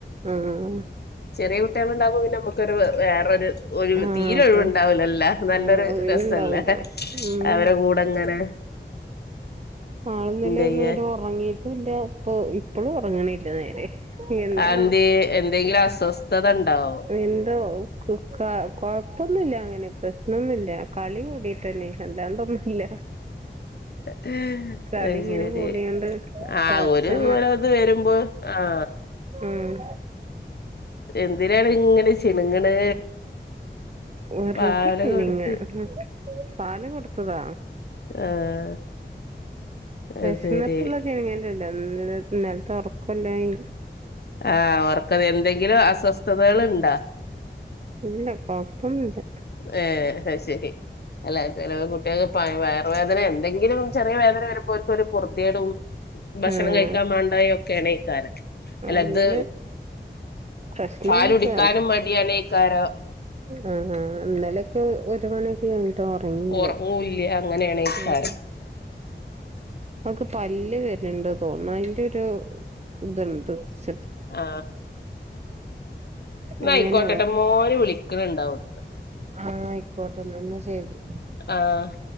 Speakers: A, on the right (about 40°); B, on the left (about 60°).
A: ആഹ്
B: ചെറിയ കുട്ടികള് ഉണ്ടാവുമ്പോ പിന്നെ നമ്മക്കൊരു വേറെ ഒരു ഒഴുവ്
A: ആഹ്
B: തീരെ
A: അതെ
B: ഒഴിവുണ്ടാവില്ലലാ നല്ലൊരു
A: ആഹ് ഒഴിവുണ്ടാവൂല
B: രസല്ലേ
A: ഉം
B: അവരെ കൂടെ ങ്ങനെ
A: ആള് ഇന്നല്ലേ
B: ചെയ്യ
A: നേരെ ഒറങ്ങിയിട്ടും ഇല്ല ഇപ്പ ഇപ്പളും ഒറങ്ങണു ഇല്ല നേരെ എന്താ
B: അതെന്തേ എന്തെങ്കിലും അസ്വസ്ഥത ഉണ്ടാവും
A: എന്തോ ക് ക കൊഴപ്പൊന്നുല്ല അങ്ങനെ പ്രശ്നൊന്നുല്ല കളി കൂടിയിട്ടേന്നെ അല്ലാണ്ടൊന്നുല്ല
B: അഹ്
A: കളി ഇങ്ങനെ
B: ശരി
A: കൂടിയോണ്ട്
B: ആ
A: കളിച്ചാ
B: ഒരു ഓരോത് വരുമ്പോ ആഹ
A: ഉംമ്
B: എന്തിനാണ് ഇങ്ങനെ ചിണുങ്ങണ്
A: വെറുതെ
B: പാല്
A: ചിണുങ്ങ
B: കൊടുത്ത്
A: പാല് കൊടുത്തതാ
B: ആഹ് അത്
A: വേശുന്നുട്ടുള്ള
B: ശരി
A: ചിണുങ്ങല്ലല്ല ഇന്നലത്തെ ഒറക്കോ ഇല്ലായി
B: ആ അവർക്കത് എന്തെങ്കിലും അസ്വസ്ഥതകൾ ഉണ്ടാ
A: ഇല്ല കൊഴപ്പൊന്നില്ല
B: ഹേ ആഹ് ശരി അല്ല അല്ല കുട്ടികൾക്ക് പ വയറ് വേദനേ എന്തെങ്കിലും ചെറിയ വേദന വരുമ്പോഴേക്കും അവർക്കൊരു പൊറതികെടും ഭക്ഷണം
A: ആഹ്
B: കഴിക്കാൻ മണ്ടായൊക്കെക്കാരം അല്ലത്
A: അങ്ങനെ പ്രശ്നൊന്നുല്ല
B: പാലുടിക്കാനും മടിയാണേക്കാരം
A: അഹ് ആ ഇന്നലക്കെ ഒരുമണി കഴിഞ്ഞിട്ടാ ഒറങ്ങിയുള്ളേ
B: ഒറങ്ങൂല്ല അങ്ങനെയാണേക്കാരം
A: ഉം അവക്ക് പല്ല് വരണ്ട് തോന്നുന്നു അതിന്റെ ഒരു ഇതുണ്ട് ശ
B: ആ എന്നാ
A: അങ്ങനെ
B: ആയിക്കോട്ടെട്ടാ മോന് വിളിക്കണ് ഇണ്ടാവും
A: ആഹ ആയിക്കോട്ടെന്നാ എന്നാ ശെരി
B: ആഹ